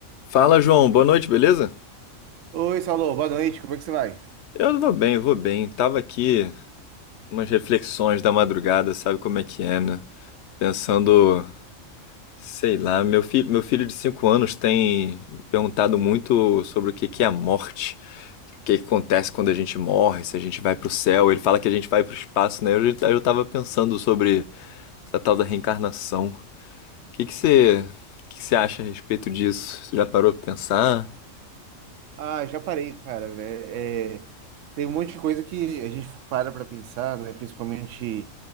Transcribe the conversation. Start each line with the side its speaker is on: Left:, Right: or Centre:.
Left: Fala, João. Boa noite, beleza?
Right: Oi, Saulo, boa noite, como é que você vai?
Left: Eu vou bem, vou bem. Tava aqui umas reflexões da madrugada, sabe como é que é, né? Pensando, sei lá, meu filho, meu filho de 5 anos tem perguntado muito sobre o que que é a morte, o que que acontece quando a gente morre, se a gente vai pro céu. Ele fala que a gente vai pro espaço, né? Eu, já- eu tava pensando sobre essa tal da reencarnação. O que que você, o que que você acha a respeito disso? Você já parou pra pensar?
Right: Ah, já parei, cara, né? É, tem um monte de coisa que a gente para pra pensar, né? Principalmente